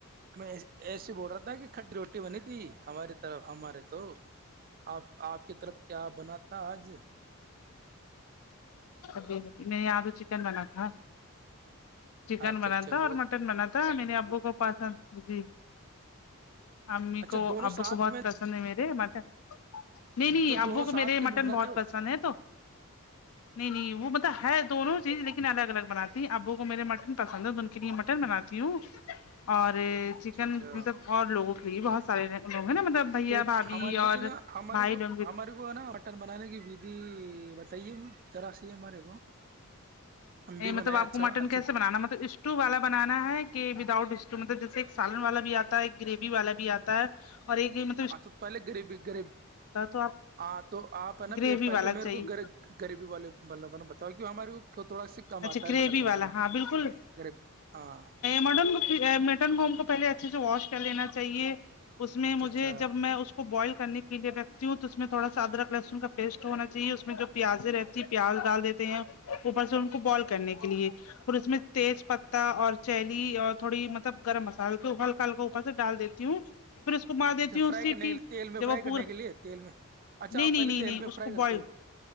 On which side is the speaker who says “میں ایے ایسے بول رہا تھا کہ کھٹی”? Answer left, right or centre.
Right